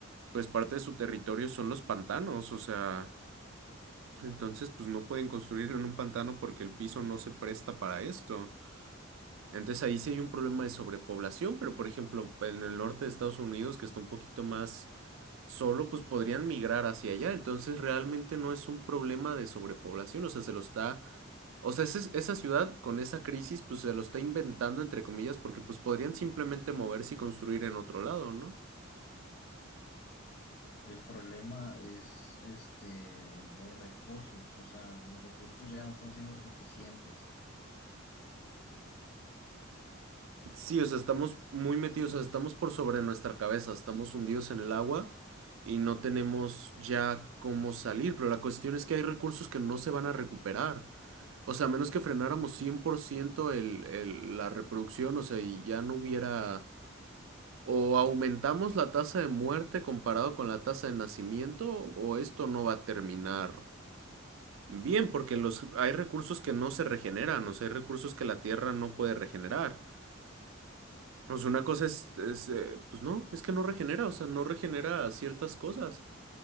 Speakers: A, on the right (about 65°); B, on the left (about 45°).
A: pues, parte de su territorio son los pantanos. O sea, entonces, pues, no pueden construir en un pantano porque el piso no se presta para esto. Entonces ahí sí hay un problema de sobrepoblación, pero por ejemplo, en el norte de Estados Unidos, que está un poquito más solo, pues podrían migrar hacia allá. Entonces realmente no es un problema de sobrepoblación, o sea, se lo está, o sea, ese- esa ciudad con esa crisis, pues se lo está inventando, entre comillas, porque pues podrían simplemente moverse y construir en otro lado, ¿no?
B: El problema es este, los recursos, o sea, los recursos ya no están siendo suficientes.
A: Sí, o sea, estamos muy metidos, o sea, estamos por sobre nuestra cabeza, estamos hundidos en el agua y no tenemos ya cómo salir, pero la cuestión es que hay recursos que no se van a recuperar. O sea, a menos que frenáramos 100% el, el- la reproducción, o sea, y ya no hubiera... O aumentamos la tasa de muerte comparado con la tasa de nacimiento, o esto no va a terminar bien, porque los, hay recursos que no se regeneran, o sea, hay recursos que la Tierra no puede regenerar pues una cosa es, es, eh, pues no, es que no regenera, o sea, no regenera ciertas cosas.